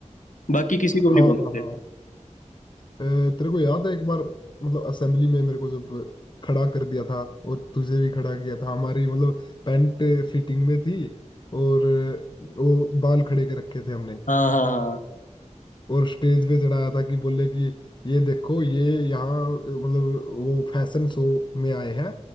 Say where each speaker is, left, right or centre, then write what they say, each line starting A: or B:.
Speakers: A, on the left; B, on the left.
A: बाकी किसी को भी
B: हाँ
A: नहीं बोलते
B: हाँ हाँ
A: थे
B: अ, तेरे को याद है एक बार मतलब असेंबली में मेरे को जब खड़ा कर दिया था और तुझे भी खड़ा किया था हमारी मतलब पैंट फिटिंग में थी और वो बाल खड़े के रखे थे हमने
A: हाँ हाँ हाँ
B: और स्टेज पे चढ़ाया था कि बोले कि ये देखो ये यहाँ मतलब वो फैशन शो में आए हैं